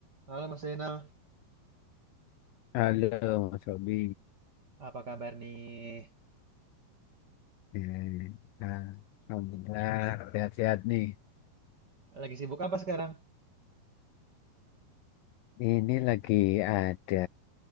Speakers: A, on the right; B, on the left.
A: Halo Mas Zainal,
B: Halo Mas Robi,
A: apa kabar nih?
B: eh, nah, Alhamdulillah sehat-sehat nih.
A: Lagi sibuk apa sekarang?
B: Ini lagi ada